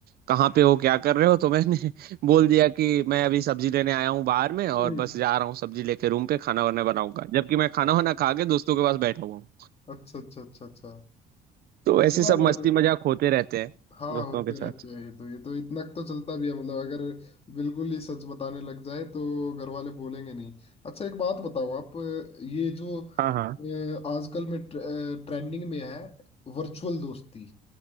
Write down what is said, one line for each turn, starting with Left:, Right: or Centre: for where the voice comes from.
Right: कहाँ पे हो क्या कर रहे हो तो मैंने <laughs> बोल दिया कि मैं अभी सब्जी लेने आया हूँ बाहर में और
Left: हम्म,
Right: बस जा रहा हूँ सब्जी लेके रूम पे खाना वाना बनाऊंगा जबकि मैं खाना
Left: हम्म,
Right: वाना खा के दोस्तों के पास बैठा हुआ हूँ
Left: अच्छा अच्छा अच्छा अच्छा
Right: तो ऐसे
Left: हाँ
Right: सब
Left: यार
Right: मस्ती मजाक होते रहते हैं
Left: हाँ
Right: दोस्तों
Left: होते
Right: के साथ
Left: रहते हैं ये तो ये तो इतना तो चलता भी है मतलब अगर बिल्कुल ही सच बताने लग जाए तो घर वाले बोलेंगे नहीं अच्छा एक बात बताओ आप ये जो अ,
Right: हाँ हाँ
Left: आजकल में ट्रेंडिंग में है वर्चुअल दोस्ती